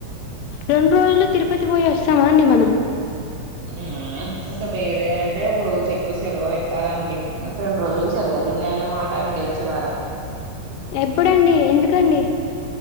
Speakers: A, on the left; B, on the right.
A: రెండు రోజుల్లో తిరుపతి పోయి వస్తామా అండి మనం
B: మ్ ఇంక వేరే అంటే ఒక రోజు ఎక్కువ సెలవ పెట్టాలండి నాకు రెండు రోజులు సెలవ నేను మాటండి వచ్చే వారం
A: ఎప్పుడండి ఎందుకండి